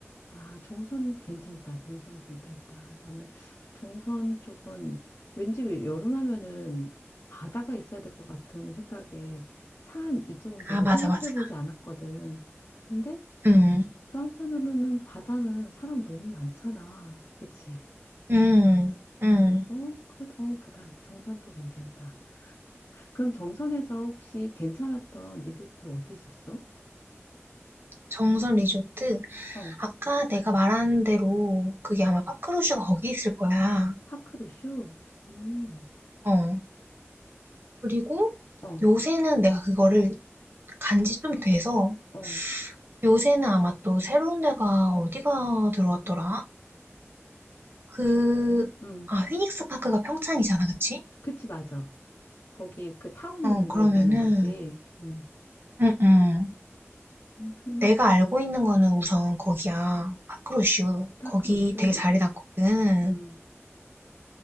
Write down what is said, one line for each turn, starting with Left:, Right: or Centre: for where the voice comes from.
Left: 아, 정선 괜찮다. 정선 괜찮다. 나는 정선 쪽은 왠지 왜 여름 하면은 바다가 있어야 될 것 같은 생각에 산 이쪽은 별로
Right: 아 맞아
Left: 생각해
Right: 맞아
Left: 보지 않았거든. 근데
Right: 음,
Left: 또 한편으로는 바다는 사람 너무 많잖아. 그치?
Right: 음, 음.
Left: 그리고 그래서 어, 바다 정선도 괜찮다. 그럼 정선에서 혹시 괜찮았던 리조트 어디 있었어?
Right: 정선 리조트
Left: 어,
Right: 아까 내가 말한 대로 그게 아마 파크루슈가 거기 있을 거야
Left: 파크로슈? 음.
Right: 어 그리고
Left: 어,
Right: 요새는 내가 그거를 간지 좀 돼서
Left: 어.
Right: 요새는 아마 또 새로운 데가 어디가 들어왔더라? 그,
Left: 아, 음,
Right: 아, 휘닉스 파크가 평창이잖아, 그치?
Left: 그치, 맞아. 거기 그 타운
Right: 어,
Left: 있는
Right: 그러면은,
Left: 거 얘기하는 거지. 음,
Right: 응, 응.
Left: 음, 커뮤니스
Right: 내가 알고 있는 거는 우선 거기야. 파크로슈.
Left: 파크로슈.
Right: 거기 되게 잘 해놨거든.
Left: 음,